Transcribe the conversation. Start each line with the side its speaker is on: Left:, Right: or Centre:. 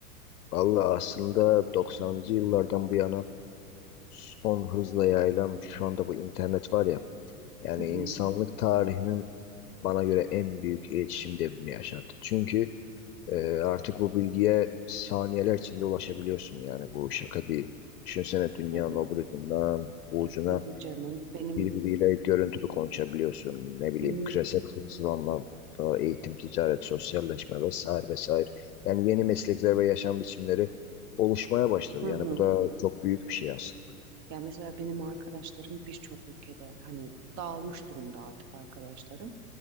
Left: Valla aslında 90'cı yıllardan bu yana son hızla yayılan şu anda bu internet var ya yani
Right: Hı
Left: insanlık
Right: hı,
Left: tarihinin bana göre en büyük iletişim devrimi yaşattı. Çünkü Ee, artık bu bilgiye saniyeler içinde ulaşabiliyorsun yani bu şaka değil. Düşünsene dünyanın
Right: tabii.
Left: öbür ucundan bu
Right: E,
Left: ucuna
Right: tabii canım. Benim
Left: birbiriyle görüntülü konuşabiliyorsun. Ne bileyim
Right: Benim
Left: küresel hızlanma, e, eğitim, ticaret, sosyalleşme vesaire vesaire. Yani yeni meslekler ve yaşam biçimleri oluşmaya başladı.
Right: hı
Left: Yani
Right: hı.
Left: bu da çok büyük bir şey aslında.
Right: Ya mesela benim arkadaşlarım birçok ülkede hani dağılmış durumda artık arkadaşlarım.